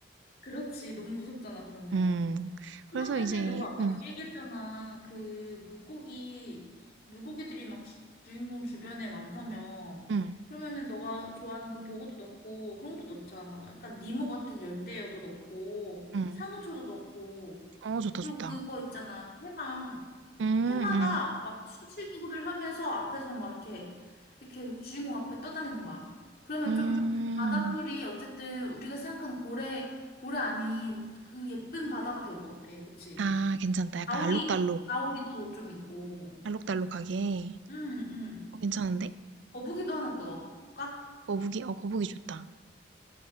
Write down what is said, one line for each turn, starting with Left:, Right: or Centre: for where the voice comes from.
Left: 그렇지. 너무 무섭잖아, 그러면.
Right: 음.
Left: 그러면은
Right: 그래서 이제
Left: 너가 아까
Right: 음,
Left: 그 얘기했잖아. 그 물고기 물고기들이 막 주- 주인공 주변에 많다며.
Right: 음,
Left: 그러면은 너가 좋아하는 그 보고도 넣고 그런 것도 넣자. 막 약간 니모 같은 열대어도 넣고
Right: 음.
Left: 산호초도 넣고
Right: 어, 좋다,
Left: 그리고
Right: 좋다.
Left: 그거 있잖아. 해마.
Right: 음,
Left: 해마가
Right: 음,
Left: 막 수질구를 하면서 앞에서 막 이렇게 이렇게 주인공 앞에 떠다니는 거야. 그러면 좀
Right: 음.
Left: 바닷물이 어쨌든 우리가 생각하는 고래 고래 아닌 그 예쁜 바다가 될 것 같아. 그치?
Right: 아, 괜찮다. 약간
Left: 가오리,
Right: 알록달록,
Left: 가오리도 좀 있고.
Right: 알록달록하게.
Left: 응, 응.
Right: 어, 괜찮은데?
Left: 거북이도 하나 넣을까?
Right: 거북이, 어, 거북이 좋다.